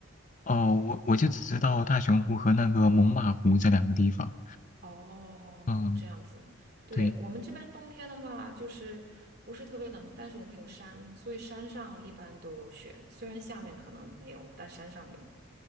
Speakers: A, on the left; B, on the right.
A: 哦，我我就只知道大熊湖和那个猛犸湖这两个地方。
B: 哦，
A: 嗯，
B: 这样子。对，
A: 对。
B: 我们这边冬天的话，就是不是特别冷，但是我们有山，所以山上一般都有雪。虽然下面可能没有，但山上有。